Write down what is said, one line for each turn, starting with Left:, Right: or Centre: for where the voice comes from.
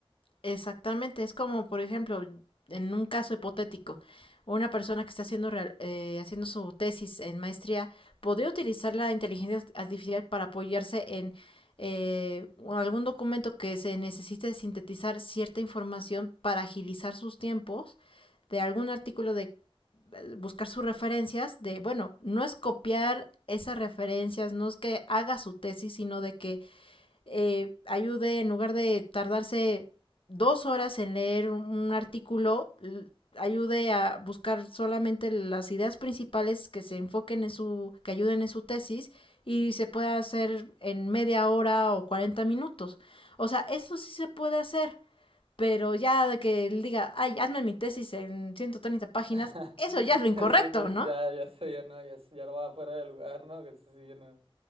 Left: Exactamente, es como, por ejemplo, en un caso hipotético, una persona que está haciendo, real- eh, haciendo su tesis en maestría podría utilizar la inteligencia artificial para apoyarse en eh, algún documento que se necesite sintetizar cierta información para agilizar sus tiempos de algún artículo de eh, buscar sus referencias de bueno no es copiar esas referencias no es que haga su tesis sino de que eh, ayude, en lugar de tardarse dos horas en leer un, artículo, ayude a buscar solamente las ideas principales que se enfoquen en su, que ayuden en su tesis y se pueda hacer en media hora o 40 minutos. O sea, eso sí se puede hacer, pero ya de que él diga, ay, hazme mi tesis en 130 páginas,
Right: <laughs>
Left: eso ya es lo incorrecto,
Right: Sí, pues
Left: ¿no?
Right: ya, ya sé, ya no, ya, ya no va fuera de lugar, ¿no? Que sí, sí, ya no,